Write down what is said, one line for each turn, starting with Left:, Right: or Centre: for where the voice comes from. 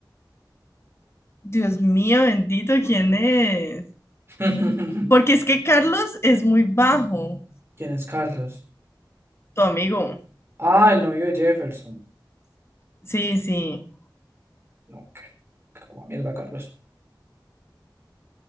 Left: Dios mío, bendito, ¿quién es?
Right: <laughs>
Left: Porque es que Carlos es muy bajo,
Right: ¿Quién es Carlos?
Left: tu amigo.
Right: Ah, el novio de Jefferson.
Left: Sí, sí.
Right: No, qué, qué como mierda, Carlos.